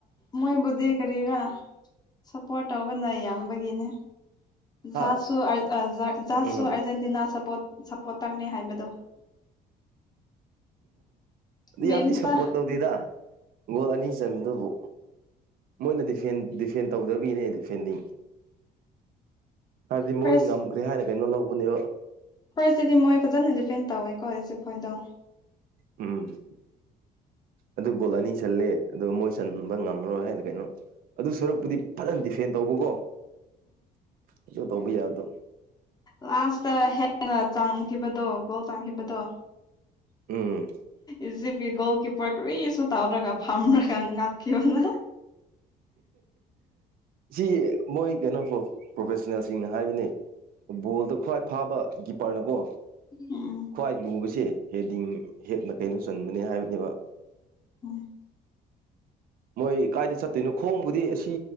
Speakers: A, on the left (about 25°); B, on the right (about 60°).
A: ꯃꯣꯏꯕꯨꯗꯤꯦ ꯀꯔꯤꯔ ꯁꯞꯄꯣꯔꯠ ꯇꯧꯕꯅ ꯌꯥꯝꯕꯒꯤꯅꯦ
B: ꯍꯥ
A: ꯖꯥꯠꯁꯨꯖꯥꯠꯁꯨ
B: ꯎꯝ
A: ꯑꯥꯔꯖꯦꯟꯇꯤꯅꯥ ꯁꯄꯣꯔꯇꯔꯅꯦ ꯍꯥꯏꯕꯗꯣ
B: ꯑꯗꯨ
A: ꯃꯦꯝꯇ
B: ꯌꯥꯝꯗꯤ ꯁꯞꯄꯣꯔꯠ ꯇꯧꯅꯤꯦꯗ ꯒꯣꯜ ꯑꯅꯤ ꯆꯟꯕꯗꯨꯕꯨ ꯃꯣꯏꯅ ꯗꯤꯐ ꯗꯤꯐꯦꯟ ꯇꯧꯗꯕꯤꯅꯦ ꯑꯩ ꯗꯤꯐꯦꯟꯗꯤꯡ ꯍꯥꯏꯕꯗꯤ ꯃꯣꯏ
A: ꯐꯥꯔꯁ
B: ꯉꯝꯈ꯭ꯔꯦ ꯍꯥꯏꯅ ꯀꯩꯅꯣ ꯂꯧꯕꯅꯦꯕ
A: ꯐꯣꯏꯁꯇꯗꯤ ꯃꯣꯏ ꯐꯖꯅ ꯗꯤꯄꯦꯟ ꯇꯧꯋꯦꯀꯣ ꯑꯩꯁꯦꯐꯣꯏꯗꯣ
B: ꯎꯝ ꯑꯗꯨ ꯒꯣꯜ ꯑꯅꯤ ꯆꯜꯂꯦ ꯑꯗꯨꯒ ꯃꯣꯏ ꯆꯟꯕ ꯉꯝꯃꯔꯣꯏ ꯍꯥꯏꯅ ꯀꯩꯅꯣ ꯑꯗꯨ ꯁꯔꯨꯛꯄꯨꯗꯤ ꯐꯖꯅ ꯗꯤꯐꯦꯟ ꯇꯧꯕꯀꯣ ꯑꯗꯨ ꯇꯧꯕ ꯌꯥꯗ
A: ꯂꯥꯁꯇ ꯍꯦꯛ ꯆꯥꯡꯈꯤꯕꯗꯣ ꯒꯣꯜ ꯆꯥꯡꯈꯤꯕꯗꯣ
B: ꯎꯝ
A: ꯏꯖꯤꯞꯀꯤ ꯒꯣꯜ ꯀꯤꯄꯔꯗꯨꯁꯨ ꯇꯥꯎꯗ꯭ꯔꯒ ꯐꯝ꯭ꯔꯒ ꯉꯥꯛꯀꯤꯅ
B: ꯁꯤ ꯃꯣꯏ ꯀꯩꯅꯣ ꯄ꯭ꯔꯣꯐꯦꯁꯅꯦꯜꯁꯤꯡꯅ ꯍꯥꯏꯕꯅꯦ ꯕꯣꯜꯗ ꯈ꯭ꯋꯥꯏ ꯐꯥꯕ ꯀꯤꯞꯄꯔꯅꯀꯣ
A: ꯎꯝ
B: ꯈ꯭ꯋꯥꯏ ꯂꯨꯕꯁꯦ ꯍꯦꯗꯤꯡ ꯍꯦꯠꯅ ꯀꯩꯅꯣ ꯆꯟꯕꯅꯦ ꯍꯥꯏꯕꯅꯦꯕ
A: ꯎꯝ
B: ꯃꯣꯏ ꯀꯥꯏꯗ ꯆꯠꯇꯣꯏꯅꯣ ꯈꯣꯡꯕꯨꯗꯤ ꯑꯁꯤ